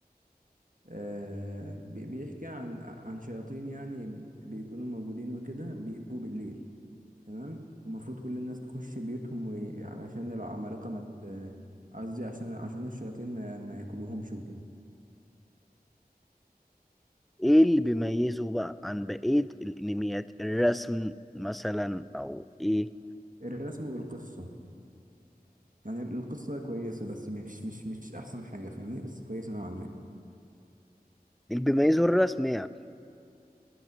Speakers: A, on the right; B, in the centre.
A: آه، بي- بيحكي عن عن شياطين يعني بيكونوا موجودين وكده بيجوا بالليل تمام المفروض كل الناس تخش بيوتهم وي- علشان العمالقة ما ت- قصدي عشان عشان الشياطين ما ما ياكلوهمش وكده
B: ايه اللي بيميزه بقى عن بقية الانميات الرسم مثلا او ايه
A: الرسم والقصة يعني القصة كويسة بس مش مش مش أحسن حاجة فاهمني بس كويسة نوعا ما
B: اللي بيميزه الرسم يعني